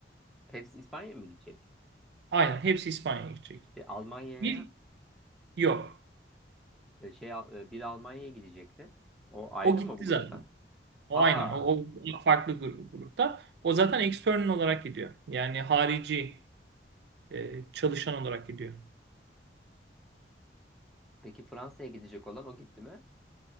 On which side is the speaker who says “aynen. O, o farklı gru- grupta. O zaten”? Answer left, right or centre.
Right